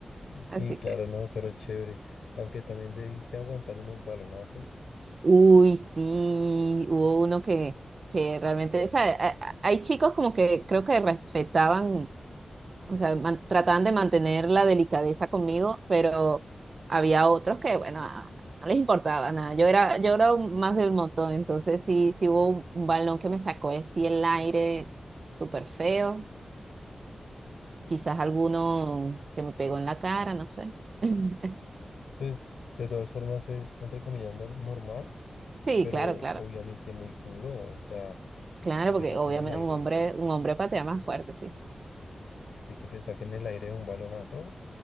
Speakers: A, on the left; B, on the right.
A: Sí,
B: Así
A: claro,
B: que,
A: no, pero chévere. Aunque también debiste aguantar unos balonazos.
B: uy, sí, hubo uno que, que realmente, o sea, a- a- hay chicos como que creo que respetaban, o sea, man- trataban de mantener la delicadeza conmigo, pero había otros que, bueno, ah, no les importaba nada. Yo era, yo era un- más del montón, entonces sí, sí hubo un, un balón que me sacó así el aire, súper feo. quizás alguno que me pegó en la cara, no sé. <laughs>
A: Pues de todas formas es entre comillas nor- normal,
B: Sí,
A: pero
B: claro,
A: obviamente
B: claro.
A: muy duro, o sea,
B: Claro,
A: que te
B: porque
A: saquen
B: obviamente
A: el aire,
B: un hombre, un hombre patea más fuerte, sí.
A: sí, que te saquen el aire de un balonazo, o